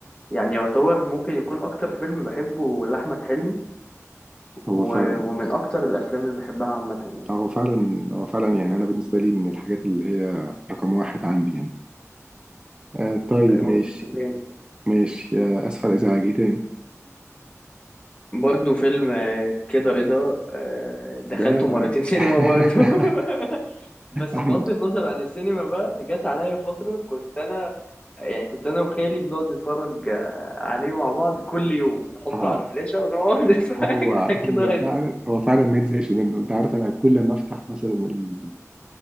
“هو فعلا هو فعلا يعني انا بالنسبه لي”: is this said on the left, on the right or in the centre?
Right